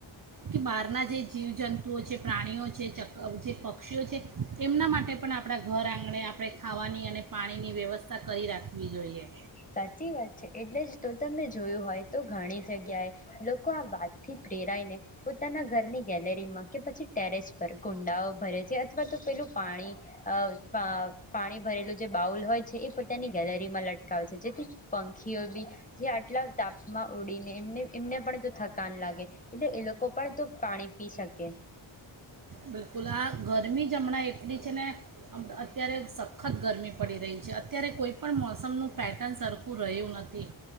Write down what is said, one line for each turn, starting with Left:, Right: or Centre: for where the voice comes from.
Right: કે બહારના જે જીવજંતુઓ છે પ્રાણીઓ છે ચક જે પક્ષીઓ છે એમના માટે પણ આપણા ઘર આંગણે આપણે ખાવાની અને પાણીની વ્યવસ્થા કરી રાખવી જોઈએ.
Left: સાચી વાત છે એટલે જ તો તમે જોયું હોય તો ઘણી જગ્યાએ લોકો આ વાતથી પ્રેરાઈને પોતાના ઘરની ગેલેરીમાં કે પછી ટેરેસ પર કુંડાઓ ભરે છે અથવા તો પેલું પાણી અ પ પાણી ભરેલું જે બાઉલ હોય છે એ પોતાની ગેલેરીમાં લટ જેથી પંખીઓ બી જે આટલા તાપમાં ઉડીને એ એમને પણ થકાન લાગે એટલે એ લોકો પણ તો પાણી પી શકે.
Right: બિલકુલ આ ગરમી જમણા એટલી છે ને અત્યારે સખત ગરમી પડી રહી છે અત્યારે કોઈ પણ મોસમનું પેટર્ન સરખું રહ્યું નથી